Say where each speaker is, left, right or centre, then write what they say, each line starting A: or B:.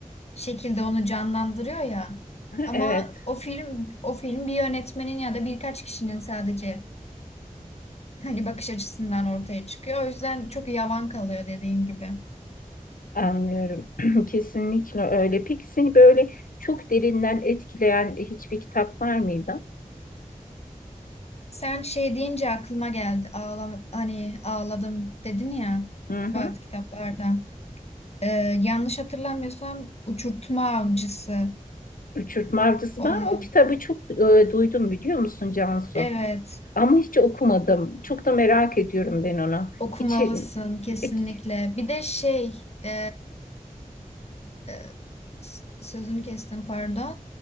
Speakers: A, on the left (about 50°); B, on the left (about 80°).
A: şekilde onu canlandırıyor ya. Ama
B: evet
A: o film o film bir yönetmenin ya da birkaç kişinin sadece hani bakış açısından ortaya çıkıyor. O yüzden çok yavan kalıyor dediğin gibi.
B: anlıyorum. <clears throat> <laughs> Kesinlikle öyle. Peki seni böyle çok derinden etkileyen e, hiçbir kitap var mıydı?
A: Sen şey deyince aklıma geldi. Ağlam hani ağladım dedin ya
B: Hı hı.
A: bazı kitaplarda. Ee, yanlış hatırlamıyorsam Uçurtma Avcısı
B: Uçurtma Avcısı.
A: olma.
B: Ben o kitabı çok e, duydum biliyor musun Cansu?
A: Evet,
B: Ama hiç okumadım. Çok da merak ediyorum ben onu.
A: okumalısın
B: İçi...
A: kesinlikle.
B: <laughs>
A: Bir de şey, e, e, s- sözünü kestim pardon.